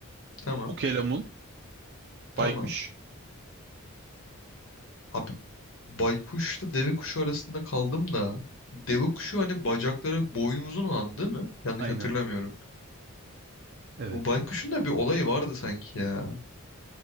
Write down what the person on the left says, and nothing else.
tamam
tamam.
Abi baykuşla deve kuşu arasında kaldım da. Deve kuşu hani bacakları boynu uzun olan değil mi? Yanlış
hatırlamıyorum.
Bu baykuşun da bir olayı vardı sanki ya.